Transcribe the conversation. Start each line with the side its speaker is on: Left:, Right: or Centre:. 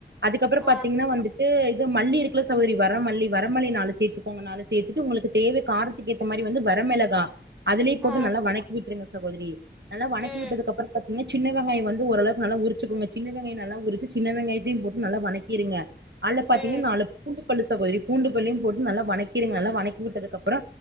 Right: அதுக்கப்புறோ
Centre: ஆ
Right: பாத்தீங்கன்னா வந்துட்டு இது மல்லி இருக்கல சகோதரி வரமல்லி வரமல்லி நாலு சேத்துக்கோங்கனால சேத்துட்டு உங்குளுக்கு தேவை காரத்துக்கு ஏத்த மாரி வந்து வரமெளகா அதுலயே போட்டு
Centre: ஆ
Right: நல்லா வணக்கி விட்டுருங்க சகோதுரி நல்லா வணக்கி
Centre: ம்
Right: வுட்டுதுக்கப்புறோ பாத்தீங்ன்னா சின்ன வெங்காயோ வந்து ஓரளவு நல்லா உரிச்சக்கோங்க சின்ன வெங்காயோ நல்லா உரிச்சு சின்ன வெங்காயத்தையு போட்டு நல்லா வணக்கி எடுங்க அத்ல பாத்தீங்கன்னா
Centre: ம்
Right: நாலு பூண்டு டு பல்லு சகோதிரி பூண்டு பல்லுயு போட்டு நல்லா வணங்கிருங்க நல்லா வணக்கி விட்டதுக்கப்புறோ